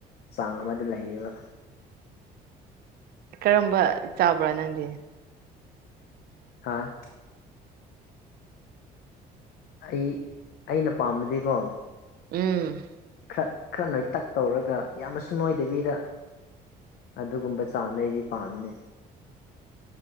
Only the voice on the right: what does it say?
ꯀꯔꯝꯕ ꯆꯥꯕ꯭ꯔꯥ ꯅꯪꯗꯤ
ꯎꯝ